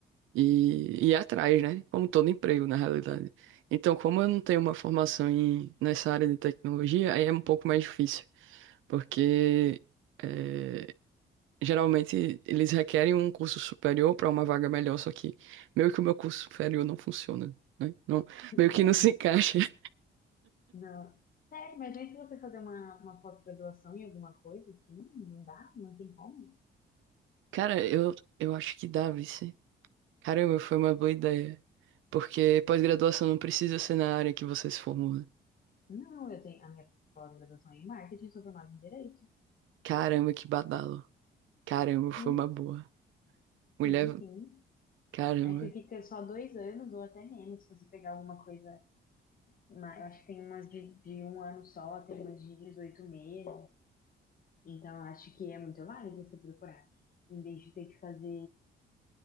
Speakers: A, on the right; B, on the left.
A: e, e ir atrás, né? Como todo emprego, na realidade. Então, como eu não tenho uma formação em, nessa área de tecnologia, aí é um pouco mais difícil, porque. é, geralmente eles requerem um curso superior para uma vaga melhor, só que meio que o meu curso superior não funciona, né? Não, meio que
B: É,
A: não se encaixa. <laughs>
B: não. Sério, mas nem se você fazer uma, uma pós-graduação em alguma coisa, assim, não dá, não tem como.
A: Cara, eu, eu acho que dá, vice. Caramba, foi uma boa ideia. Porque pós-graduação não precisa ser na área que você se formou, né?
B: Não, eu tenho a minha pós-graduação é em marketing, sou formada em direito.
A: Caramba, que badalo. Caramba, foi
B: Sim,
A: uma boa. Mulher,
B: Sim, sim.
A: caramba.
B: Aí você fica só dois anos ou até menos, se você pegar alguma coisa. ma- Eu acho que tem umas de, de um ano só, tem umas de 18 meses. Então, eu acho que é muito válido você procurar, em vez de ter que fazer